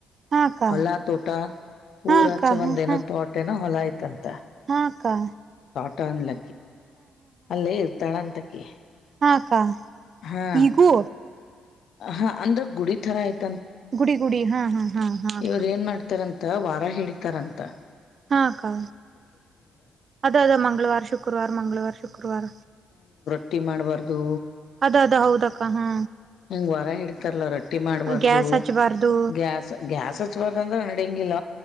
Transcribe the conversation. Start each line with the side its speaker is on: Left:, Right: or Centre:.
Right: ಹಾ ಅಕ್ಕ
Left: ಹೊಲಾ ತೋಟ
Right: ಹಾ
Left: ಊರಾಚೆ
Right: ಅಕ್ಕ ಹಾ
Left: ಒಂದ
Right: ಹಾ
Left: ಏನೋ ತೋಟೆನ ಹೊಲ ಐ್ತತಿ ಅಂತ
Right: ಹಾ ಅಕ್ಕಾ
Left: ುಟನ್ಲ ಅಲ್ಲೇ ಇರ್ತಾಳ ಅಂತ. ಓಕೆ.
Right: ಹಾ ಅಕ್ಕ.
Left: ಹಾ.
Right: ಈಗೂ
Left: ಹಾ ಅಂದ್ರೆ ಗುಡಿ ತಥರ ಆಯ್ತು.
Right: ಗುಡಿ ಗುಡಿ ಹಾ ಹಾ. ಹಾ ಹಾ ಅಕ್ಕ
Left: ಇವ್ರು ಏನ್ ಮಾಡ್ತಾರಂತ ವಾರ ಹಿಡಿತಾರಂತ. ಕುುತ್ತ.
Right: ಹಾ ಕ ಅದೇ ಅದ ಮಂಗಳವಾರ ಶುಕ್ರವಾರ ಮಂಗಳವಾರ ಶುಕ್ರವಾರ.
Left: ರಟ್ಟಿ ಮಾಡಬಾರ್ದು.
Right: ಅದ ಅದ ಹೌದಕ್ಕ ಹಾ.
Left: ಹೆಂಗ ವರ ಹಿಡಿತತಾರಲ್ಲ ರಟ್ಟ. ಹಟ್ಟಿ ಮಾಡಬಾರ್ದು
Right: ಗ್ಯಾಸ್ ಹಚ್ಬಾರ್ದು
Left: ಗ್ಯಾಸ್ ಗ್ಯಾಸ್ ಹಚ್ಬಾರ್ದ ಅಂದ್ರ ಹಡಿಂಗ ಇಲ್